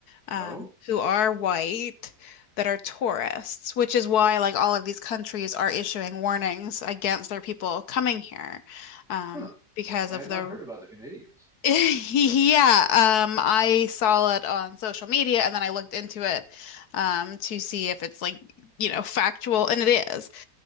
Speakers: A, on the left; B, in the centre.
A: um,
B: Oh,
A: who are white, that are tourists, which is why like all of these countries are issuing warnings against their people coming here, um,
B: huh.
A: because
B: I
A: of
B: had
A: the
B: not heard about the Canadians.
A: <laughs> Yeah, um, I saw it on social media and then I looked into it um, to see if it's like, you know, factual, and it is. <laughs>